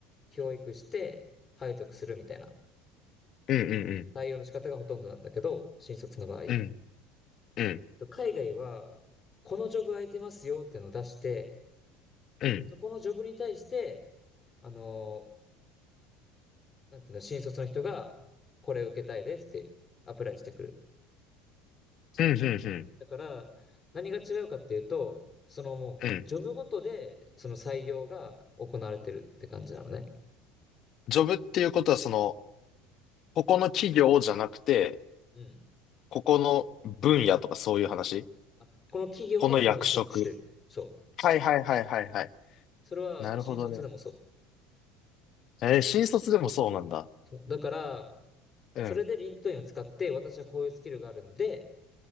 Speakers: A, on the left; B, on the left.
A: 教育して、配属するみたいな。
B: うん。
A: 採用の仕方がほとんどなんだけど、新卒の場合。え
B: うん。うん。うん。
A: っと海外は、このジョブ空いてますよっていうのを出して、
B: うん。うん。
A: そこのジョブに対して、あのなんていうの、新卒の人が、これ受けたいですってアプライしてくる。
B: うん。
A: だから、何が違うかっていうと、そのもう、
B: うん。
A: ジョブごとで、その採用が行われてるって感じなのね。
B: ジョブっていうことは、その、ここの企業じゃなくて、
A: うん。
B: ここの分野とかそういう話
A: あ、この企業のこの職種。
B: この役職。
A: そう。
B: はいはいはいはいはい。
A: それはもう新卒でもそう。
B: なるほどね。えー新卒でもそうなんだ。
A: そう。だから、
B: うん。
A: それでリンクトインを使って、私はこういうスキルがあるんで、